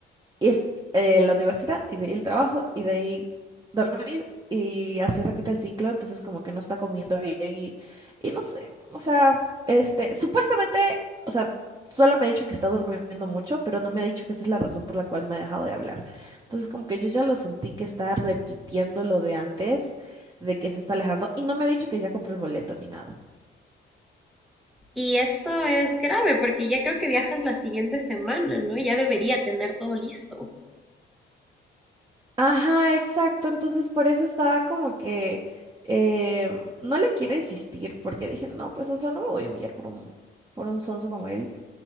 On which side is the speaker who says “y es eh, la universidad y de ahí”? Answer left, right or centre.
Right